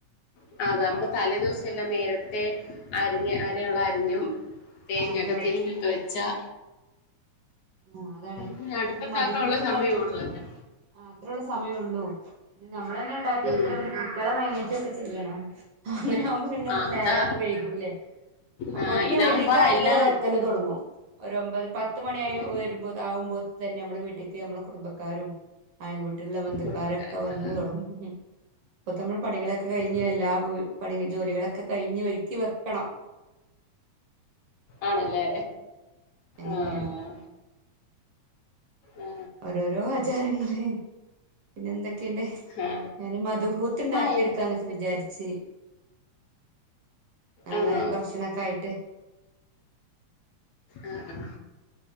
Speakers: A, on the left; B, on the right.
A: അതെ അതാമ്പോ തലേ ദിവസം എല്ലാം നേരത്തെ അരിഞ്ഞ് അറിയാൻ ഉള്ളത് അരിഞ്ഞും തേങ്ങൊക്കെ
B: ആ ഒക്കെ വെക്കും
A: തിരിങ്ങി ഒക്കെ വെച്ചാ
B: ആഹ അതാണ്
A: പിന്നെ അടുപ്പത്താക്കാനുള്ള
B: ഞാന് ഇപ്പൊ മദ്ഹൂത്ത് ഉണ്ടാക്കി
A: സമയം ഉള്ളല്ലോ
B: അത്രഉള്ള സമയം ഉള്ളൂ ഇത് നമ്മൾ തന്നെ ഉണ്ടാക്കി
A: ഉം
B: എടുക്കണം പിന്നെ കുട്ട്യാളെ മാനേജ് ഒക്കെ ചെയ്യണം അങ്ങനെ ആമ്പോ പിന്നെ
A: ആ
B: നേരൊക്കെ
A: അതാ
B: വൈകൂലേ അപ്പോത്തിന്
A: ആ ഇതാകുമ്പോ
B: വീട്ടിക്ക് ആളുകൾ
A: എല്ലാം
B: എത്തല് തുടങ്ങും ഒരു ഒമ്പത് പത്ത് മണിയായി
A: ആ
B: വരുമ്പോ ആകുമ്പോത്തിന് തന്നെ നമ്മളെ വീട്ടിക്ക് നമ്മളെ കുടുംബക്കാരും അയൽ വീട്ടിലുള്ള ബന്ധുക്കാരൊക്കെ
A: കുടുംബക്കാര്
B: വന്ന്
A: ആ
B: തൊടങ്ങും ഇപ്പൊ തമ്മൾ പണികളൊക്കെ കഴിഞ്ഞ്
A: ഉം
B: എല്ലാ പണി ജോലികളൊക്കെ കഴിഞ്ഞ് ഒരുക്കി വെക്കണം
A: ആണ്ല്ലേ
B: അങ്ങനെയാണ്
A: ആഹ് ആ
B: ഓരോരോ ആചാരങ്ങള് പിന്നെ എന്തൊക്കെയുണ്ട്
A: ആ
B: ഞാന് മദ്ഹൂത്ത് ഉണ്ടാക്കി
A: ആയി
B: എടുക്കാ എന്നൊക്കെ വിചാരിച്ച് നാളെ
A: ആണോ
B: ഭക്ഷണൊക്കെ ആയിട്ട്
A: ആ ആ